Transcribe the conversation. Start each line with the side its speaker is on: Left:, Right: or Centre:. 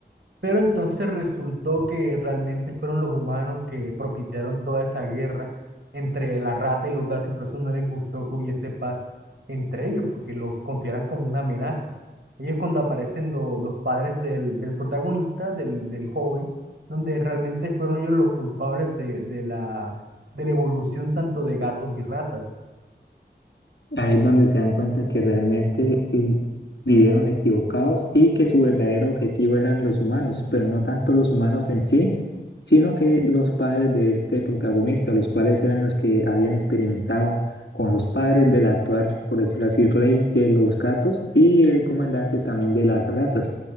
Right: Pero entonces resultó que realmente fueron los humanos que propiciaron toda esa guerra entre la rata y los gatos y por eso no les gustó que hubiese paz entre ellos, porque los consideran como una amenaza. Ahí es cuando aparecen lo- los padres del, del protagonista, del, del joven, donde realmente fueron ellos los culpables de, de la, de la evolución tanto de gatos y ratas.
Left: Ahí es donde se dan cuenta que realmente vi- vivieron equivocados y que su verdadero objetivo eran los humanos, pero no tanto los humanos en sí, sino que los padres de este protagonista, los cuales eran los que habían experimentado con los padres del actual, por decirlo así, rey de los gatos y el comandante también de las ratas.